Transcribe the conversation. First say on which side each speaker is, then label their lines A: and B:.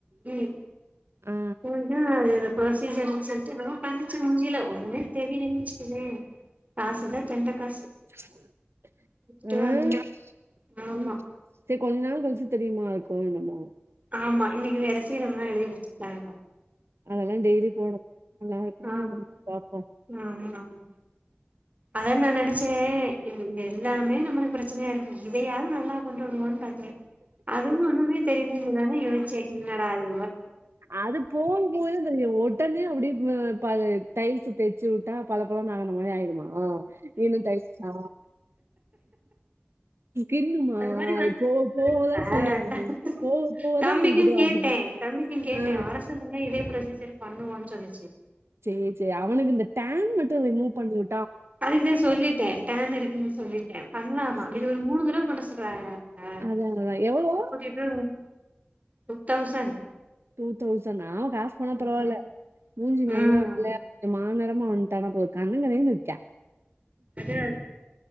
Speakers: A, on the right (about 40°); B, on the right (about 85°).
A: ம்
B: ஆ
A: அதா அது ப்ரொசிஜர்னு சொல்லிட்டு என்னமோ பண்ணுச்சு முஞ்சில ஒன்னுமே தெரியிலன் வச்சுக்கயே காசு தா தென்ட காசு
B: <unintelligible>
A: குடுத்துட்டு வந்து ஆமா
B: செ கொஞ்ச நாள் கழிச்சு தெரியுமா இருக்கோ என்னமோ
A: ஆமா இன்னக்கி வேர சீரம்லா எழுதி வச்சுட்டாங்க
B: அதெல்லா டெய்லி போடு நல்லா இருக்குமா
A: ஆமா
B: என்னனு பாபோ
A: ஆமா ஆமா அதா நா நினைச்சே எல்லாமே நம்மள பிரச்சனையா ருக்கு இதயாது நல்லா கொண்டு வருவோன் பாத் அதுவு ஒன்னுமே தெரில இலனா யோசிச்சே என்னடாது
B: அது போம் போது இந்த ஒட் ஒடனே அப்டியே பை டைல்ஸ் தேச்சு உட்டா பல பலனு ஆகுன மாரி ஆய்டுமா நீனு டைல்ஸா கின்னுமா
A: அந்த மாரி
B: அது
A: வந்தா
B: போவ
A: நல்லா
B: போவ
A: இருக்குல்ல
B: தா சரியாகுமா போவ போவ
A: தம்பிக்கு
B: தா உன்கு இதுவாகு
A: கேட்டே தம்பிக்கு கேட்டேவரசொல்லுங்க
B: ஆ
A: இதே ப்ரெஸ்யூஜர் பண்ணுவோ சொன்னிச்சு
B: சேர் சேரி அவனுக்கு இந்த டேன் மட்டு ரிமூவ் பண்ணிவு
A: அதுக்குதா சொல்லிட்டே டைம் இருக்குன்னு சொல்லிட்டே பண்ணலாமா
B: ம்
A: இது ஒரு மூணு தடவ பண்ண சொல்றாக ஆ
B: அதா அதா எவ்ளோ
A: ன்னா டுத்தௌசன்
B: டூ தௌசன் நா காஸ் போனா பரவால்ல
A: ம்
B: மூஞ்சி
A: ம்
B: நல்லா வெள்ளயா மாநெறமா வந்துட்டானா போது கண்ண கரேனு இருக்க
A: என்னாது